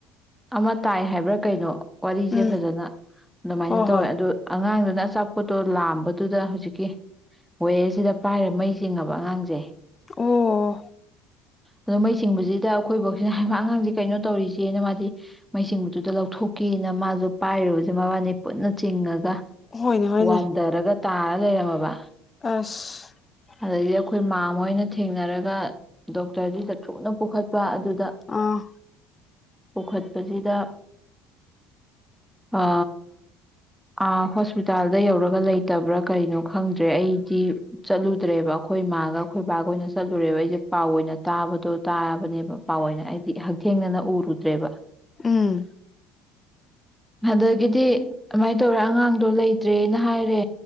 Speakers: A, in the centre; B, on the left.
A: ꯑꯃ ꯇꯥꯏ ꯍꯥꯏꯕ꯭ꯔꯥ ꯀꯩꯅꯣ ꯋꯥꯔꯤꯁꯦ
B: ꯎꯝ
A: ꯐꯖꯅ ꯑꯗꯨꯃꯥꯏꯅ
B: ꯍꯣꯏ
A: ꯇꯧꯋꯦ
B: ꯍꯣꯏ
A: ꯑꯗꯨ ꯑꯉꯥꯡꯗꯨ ꯑꯗꯨꯅ ꯑꯆꯥꯄꯣꯠꯇꯣ ꯂꯝꯕꯗꯨꯗ ꯍꯧꯖꯤꯛꯀꯤ ꯋꯦꯌꯔꯁꯤꯗ ꯄꯥꯏꯔ ꯃꯩ ꯆꯤꯡꯉꯕ ꯑꯉꯥꯡꯁꯦ
B: ꯑꯣ
A: ꯑꯗꯣ ꯃꯩ ꯆꯤꯡꯕꯁꯤ ꯁꯤꯗ ꯑꯩꯈꯣꯏ ꯕꫭꯛꯁꯤꯅ ꯍꯩꯃꯥ ꯑꯉꯥꯡꯁꯦ ꯀꯩꯅꯣ ꯇꯧꯔꯤꯁꯦꯅ ꯃꯥꯗꯤ ꯃꯩꯖꯤꯡꯕꯗꯨꯗ ꯂꯧꯊꯣꯛꯀꯦꯅ ꯃꯥꯁꯨ ꯄꯥꯏꯔꯨꯕꯁꯦ ꯃꯕꯥꯅꯤ ꯄꯨꯟꯅ ꯆꯤꯡꯉꯒ
B: ꯍꯣꯏꯅꯦ ꯍꯣꯏꯅꯦ
A: ꯋꯥꯟꯗꯔꯒ ꯇꯥꯔ ꯂꯩꯔꯝꯃꯕ
B: ꯑꯁ
A: ꯑꯗꯩꯗꯤ ꯑꯩꯈꯣꯏ ꯃꯥꯝꯃꯥ ꯍꫭꯏꯅ ꯊꯦꯡꯅꯔꯒ ꯗꯣꯛꯇꯔꯗꯨꯗ ꯊꯨꯅ ꯄꯨꯈꯠ ꯄ ꯑꯗꯨꯗ
B: ꯑꯥ
A: ꯄꯨꯈꯠꯄꯁꯤꯗ ꯑ ꯑ ꯍꯣꯁꯄꯤꯇꯥꯜꯗ ꯌꯧꯔꯒ ꯂꯩꯇꯕ꯭ꯔꯥ ꯀꯅꯣ ꯈꯪꯗ꯭ꯔꯦ ꯑꯩꯗꯤ ꯆꯠꯂꯨꯗ꯭ꯔꯦꯕ ꯑꯩꯈꯣꯏ ꯏꯃꯥꯒ ꯑꯩꯈꯣꯏ ꯕꯥꯒ ꯑꯣꯏꯅ ꯆꯠꯂꯨꯔꯦꯕ ꯑꯩꯁꯦ ꯄꯥꯎ ꯑꯣꯏꯅ ꯇꯥꯕꯗꯣ ꯇꯥꯕꯅꯦꯕ ꯄꯥꯎ ꯑꯣꯏꯅ ꯑꯩꯗꯤ ꯊꯦꯡꯅ ꯂꯛꯎ ꯗ꯭ꯔꯦꯕ
B: ꯎꯝ
A: ꯑꯗꯒꯤꯗꯤ ꯑꯗꯨꯃꯥꯏꯅ ꯇꯧꯔ ꯑꯉꯥꯡꯗꯣ ꯂꯩꯇ꯭ꯔꯦꯅ ꯍꯥꯏꯔꯦ